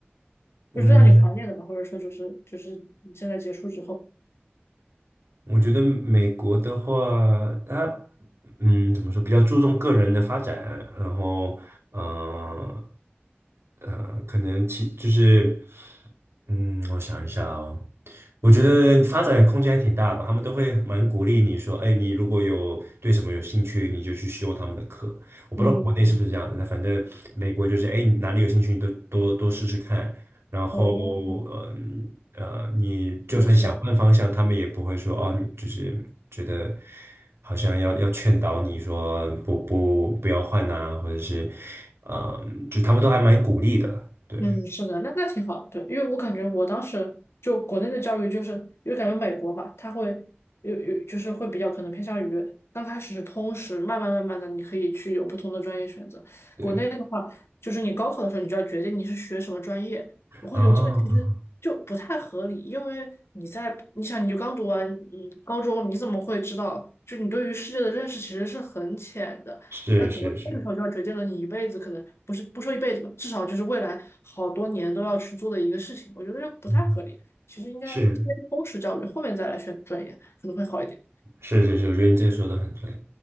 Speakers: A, on the right (about 80°); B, on the left (about 80°).
A: 嗯，
B: 就是最让你怀念的吧，或者说就是就是你现在结束之后，
A: 我觉得美国的话，它嗯怎么说，比较注重个人的发展，然后呃呃，可能其就是嗯，我想一下哦，我觉得发展空间还挺大吧，他们都会蛮鼓励你说，哎，你如果有对什么有兴趣，你就去修他们的课。我不知道国内是不是这样的，
B: 嗯，
A: 反正美国就是，哎，你哪里有兴趣，你都多多试试看。然后
B: 哦，
A: 呃呃，你就算想换方向，
B: 是的是的
A: 他们也不会说哦，你就是觉得好像要要劝导你说不不不要换呐、或者是呃，就他们都还蛮鼓励的，对
B: 嗯，是的，那那挺好，对，因为我感觉我当时就国内的教育，就是因为感觉美国嘛，它会有有就是会比较可能偏向于刚开始是通识，慢慢慢慢的你可以去有不同的专业选择。
A: 对
B: 国内的话，就是你高考的时候你就要决定你是学什么专业，我会觉得这个其实就不太合理，
A: 啊，
B: 因为你在你想你就刚读完嗯高中，你怎么会知道？就你对于世界的认识其实是很浅的。
A: 是是是，
B: 那怎么那个时候就要决定了你一辈子可能不是不说一辈子吧，至少就是未来好多年都要去做的一个事情，我觉得就不太合理。
A: 嗯
B: 其实应该先通识教育，
A: 是。
B: 后面再来选专业可能会好一点。
A: 是是是，我觉得你这个说的很对。